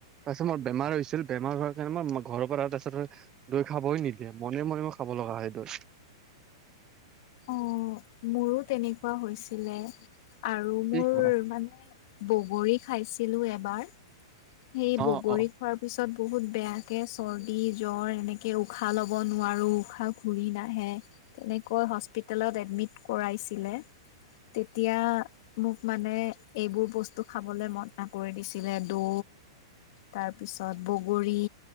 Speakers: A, on the right; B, on the left.
A: তাৰছত মোৰ বেমাৰ হৈছিল। বেমাৰ হোৱাৰ কাৰণে মই ঘৰৰ পৰা তাৰছতে দৈ খাবই নিদিয়ে। মনে - মনে মই খাব ব লগা হয় দৈ।
B: অ' মোৰো তেনেকুৱা হৈছিলে। আৰু
A: কি
B: মোৰ
A: কোৱা?
B: মানে বগৰী খাইছিলোঁ এবাৰ। সেই
A: অ
B: বগৰী
A: অ
B: খোৱাৰ পিছত তিছত বহুত বেয়াকে চৰ্দি জ্বৰ এনেকে উশাহ ল'ব নোৱাৰো উশাহ ঘূৰি নাহে তেনেকৈ হস্পিতালত এডমিট কৰাইছিলে তেতিয়া মোক মানে এইবোৰ বস্তু খাবলৈ মনা কৰি দিছিলে দৌ তাৰপিছত বগৰী